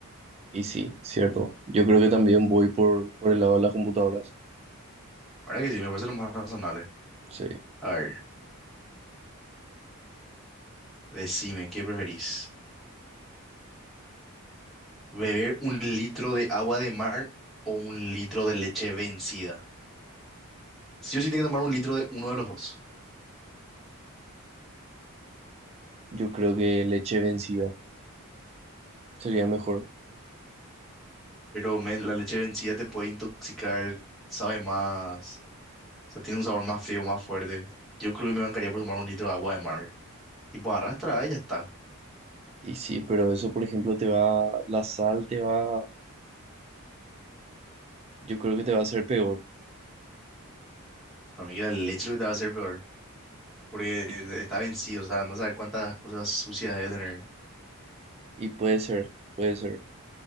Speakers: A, on the right; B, in the centre.
A: Y sí, cierto. Yo creo que también voy por, por el lado de las computadoras.
B: Ahora que sí, me parece lo más razonable.
A: Sí,
B: A ver, decime, ¿qué preferís? ¿Beber un litro de agua de mar o un litro de leche vencida? Sí o sí, tengo que tomar un litro de uno de los dos.
A: yo creo que leche vencida sería mejor.
B: Pero, men, la leche vencida te puede intoxicar, sabe más, o sea, tiene un sabor más feo, más fuerte. Yo creo que me bancaría por tomar un litro de agua de mar. Y pues arrastra, y ya está.
A: Y sí, pero eso, por ejemplo, te va, la sal te va, yo creo que te va a hacer peor.
B: Para mí que la leche es lo que te va a hacer peor. porque
A: Y,
B: está vencido, o sea, no sabe cuántas cosas sucias debe tener.
A: y puede ser, puede ser.